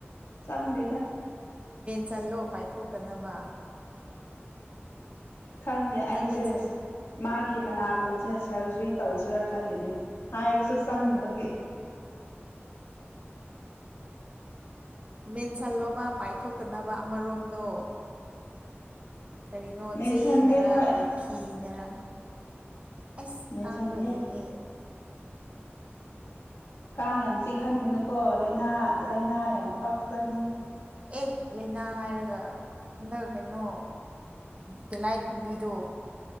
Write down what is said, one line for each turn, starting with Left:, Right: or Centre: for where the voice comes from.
Left: ꯆꯪꯗꯦꯗ
Right: ꯆꯜꯂꯣ ꯄꯥꯏꯊꯣꯛꯇꯅꯕ
Left: ꯈꯪꯗꯦ ꯑꯩꯁꯦ
Right: ꯅꯪ ꯃꯦꯟꯁꯟ
Left: ꯃꯥꯒꯤ ꯃꯅꯥꯛ ꯀꯣꯡꯁꯦ ꯁꯔꯖꯔꯤ ꯇꯧꯁꯤꯔꯥ ꯈꯜꯂꯤꯅꯦ ꯍꯥꯏꯔꯁꯨ ꯆꯪꯗꯅꯕꯒꯤ
Right: ꯃꯦꯟ ꯆꯥꯟ ꯂꯕ ꯄꯥꯏꯊꯣꯛ ꯐꯠꯇꯅꯕ ꯑꯃꯔꯣꯝꯗꯣ ꯀꯔꯤꯅꯣ
Left: ꯃꯦꯟꯁꯟꯒꯦ
Right: ꯆꯦꯅꯔ
Left: ꯍꯣꯏ
Right: ꯀꯔꯤ ꯐꯤꯅꯔ ꯑꯁ
Left: ꯃꯦꯟꯁꯟꯒꯦ
Right: ꯀꯥꯡ ꯂꯩꯍꯦ
Left: ꯀꯥꯡ ꯌꯥꯝ ꯆꯤꯍꯟꯒꯅꯨꯀꯣ ꯂꯥꯏꯅꯥ ꯂꯥꯏꯅꯥ ꯌꯥꯝ ꯄꯥꯛꯆꯅꯤ
Right: ꯑꯦ ꯂꯥꯏꯅꯥ ꯍꯥꯏꯔꯒ ꯑꯗꯨꯒ ꯍꯟꯗꯛ ꯀꯩꯅꯣ ꯇꯤꯂꯥꯏ ꯀꯨꯝꯕꯤꯗꯣ